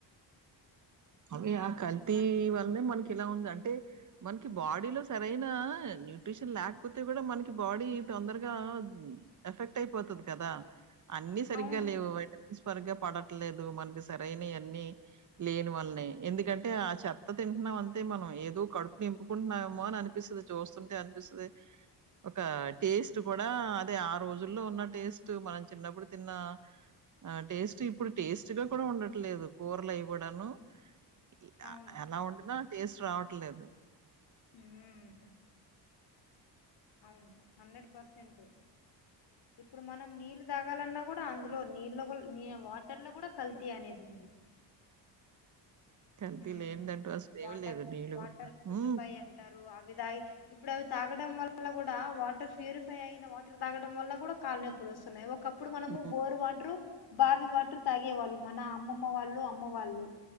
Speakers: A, on the right; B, on the left.
A: అదే ఆ కల్తీ
B: మ
A: వల్నే మనక్ ఇలా ఉంది అంటే మనకి బాడీలో సరైన న్యూట్రిషన్ లేకపోతే గూడ మనకి బాడీ తొందరగా ఎఫెక్ట్ అయిపోతది కదా అన్ని సరిగ్గా
B: అవును
A: లేవు వైటమిన్స్ పరిగ్గా పడట్లేదు మనకి సరైనైవివన్నీ లేని వల్ల ఎందుకంటే ఆ చెత్త తింటన్నాం అంతే మనం ఏదో కడుపు నింపుకుంటున్నేమో అని అనిపిస్తది చూస్తుంటే అనిపిస్తదే ఒక టేస్ట్ కూడా అదే ఆ రోజుల్లో ఉన్న టేస్ట్ మనం చిన్నప్పుడు తిన్న ఆ టేస్ట్ ఇప్పుడు టేస్ట్ గా కూడా ఉండట్లేదు కూర్లు అయ్ గూడ ను ఇ ఆ
B: అవును
A: ఎలా వొండిన టేస్ట్ రావట్లేదు
B: ఉమ్ అవును హండ్రెడ్ పర్సెంటు ఇప్పుడు మనం నీళ్లు తాగాలన్నా గూడ అందులో నీళ్లో గుల్ ని వాటర్ లో గూడ కల్తీ అనేది ఉంది
A: కల్తీ
B: హ్మ్
A: లేందంటూ అసలు
B: వాటర్
A: ఏమి లేదు నీళ్లు
B: వాటర్ ప్యూరిఫై
A: ఉ
B: అంటారు అవి తగ్గి ఇప్పుడు అవి తాగడం వల్ల గూడ వాటర్ ప్యూరిఫై అయిన వాటర్ తాగడం వల్ల గూడ కాలు నొప్పు వొస్తున్నాయి ఒకప్పుడు మనము
A: హ్మ్.
B: బోర్ వాటర్ బావి వాటర్ తాగేవాళ్ళు మన అమ్మమ్మ వాళ్ళు అమ్మ వాళ్ళు